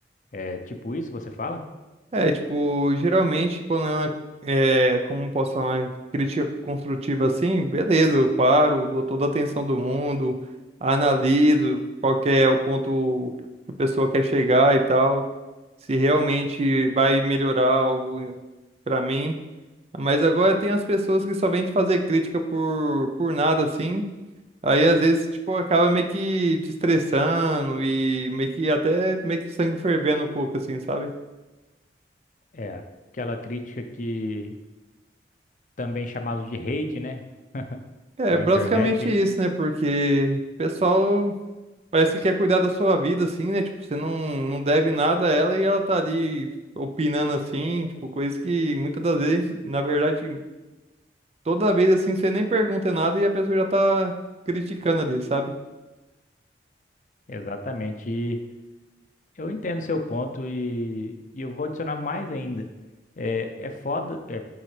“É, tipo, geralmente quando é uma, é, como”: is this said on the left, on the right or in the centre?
Right